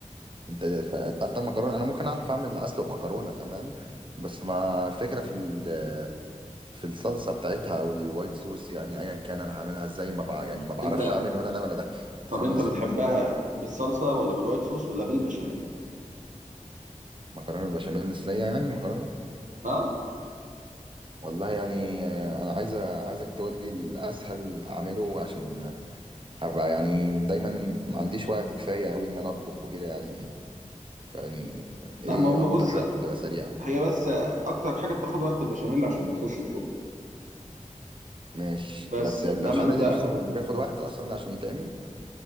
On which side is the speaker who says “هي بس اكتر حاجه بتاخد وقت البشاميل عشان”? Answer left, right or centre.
Right